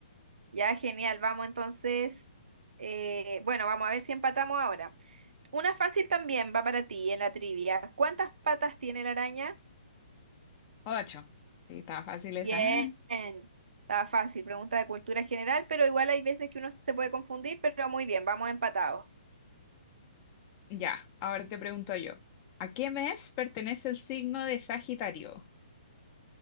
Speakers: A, on the right; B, on the left.
A: ya genial. Vamos entonces, eh, bueno, vamos a ver si empatamos ahora. Una fácil también va para ti en la trivia. ¿Cuántas patas tiene la araña?
B: Ocho. Sí, estaba fácil
A: Bien,
B: esa. <laughs>
A: está fácil. Pregunta de cultura general, pero igual hay veces que uno se puede confundir, pero muy bien, vamos empatados.
B: Ya, ahora te pregunto yo. ¿A qué mes pertenece el signo de Sagitario?